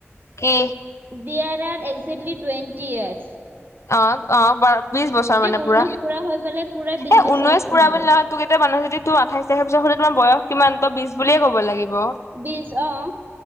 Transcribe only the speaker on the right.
ডিয়াৰ আৰ একসেটলি টুৱেণ্টি ইয়েৰ্ছ।
ঊনৈশ
হৈ পেলাই পুৰা বিশ
বছৰত
সোমাব
বিশ অহ।